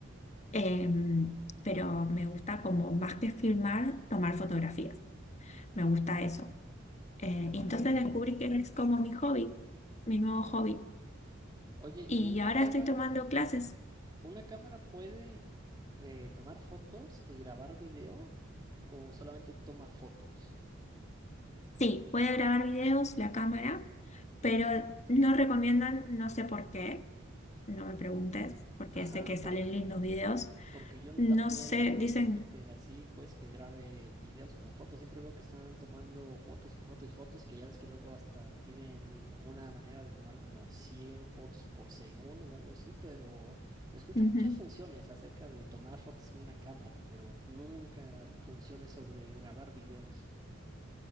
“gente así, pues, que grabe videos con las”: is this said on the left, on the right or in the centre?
Right